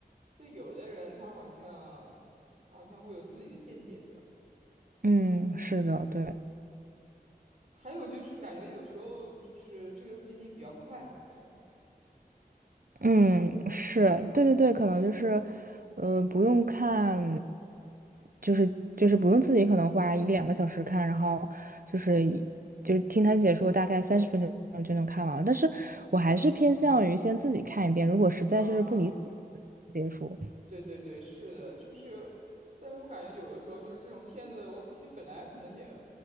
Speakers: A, on the right (about 45°); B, on the right (about 60°).
A: 对，有的人他好像，他好像会有自己的见解，这样。
B: 嗯，是的，对。
A: 还有就是感觉有时候就是这个毕竟比较快嘛，这样
B: 嗯，是，对对对，可能就是，呃，不用看，就是就是不用自己可能花一两个小时看，然后就是一就是听他解说，大概三十分钟就能看完了。但是我还是偏向于先自己看一遍，如果实在是不理解，
A: 啊，
B: 别说。
A: 对对对，是的，就是，但是我感觉有的时候就是这种片子，我其实本来可能也，